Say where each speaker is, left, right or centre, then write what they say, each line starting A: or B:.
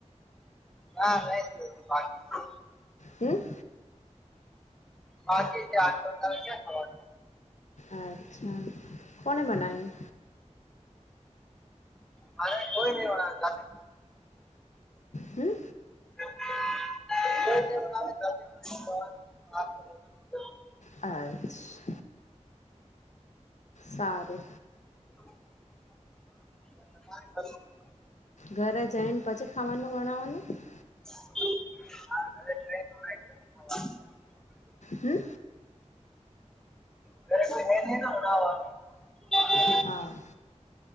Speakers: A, in the centre; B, on the left.
A: ના નઈ થયુ હજુ બાકી છે
B: હમ્મ
A: બાકી <unintelligible> ક્યાં થવાનું.
B: અચ્છા. કોને મનાવી.
A: મારે કોઈ નહી બના જાતે
B: હમ
A: <inaudible>
B: અચ્છ સારુ.
A: જ્ઞાન ફળિયું
B: ઘરે જઈન પછી ખાવાનું બનાવાનું
A: <inaudible>
B: હમ્મ.
A: <unintelligible> આવે
B: હા.